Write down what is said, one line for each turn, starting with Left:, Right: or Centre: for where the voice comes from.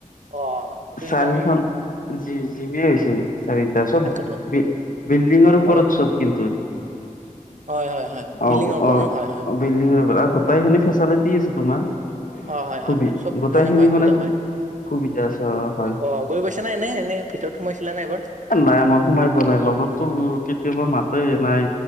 Right: অ', সেটো
Left: চাৰিখন
Right: সিমান
Left: জি জিমে হৈছে। চাৰিটা চব
Right: তাকেতো
Left: বি বিল্ডিংৰ ওপৰত
Right: হয়,
Left: চব কিন্তু।
Right: হয়, হয়, হয়, বিল্ডিঙৰ
Left: অব
Right: ওপৰত
Left: অ', অ',
Right: ন হয়, হয়।
Left: বিল্ডিংৰ <unintelligible> গোটাইখিনি ফেচেলিটি আছে তোমাৰ
Right: অ', হয়, হয়,
Left: সুবি
Right: হয়, চব
Left: গোটাই খিনি
Right: পাই সুবিধা
Left: মানে সুব
Right: পায়
Left: সুবিধা আছে অ', হয়।
Right: অ', গৈ পাইছানে এনে এনে ভিতৰত সোমাইছিলা নাই এবাৰ?
Left: এ, নাই মই সোমাই পোৱা নাই লগতটো কেতিয়াবা মাতে নাই।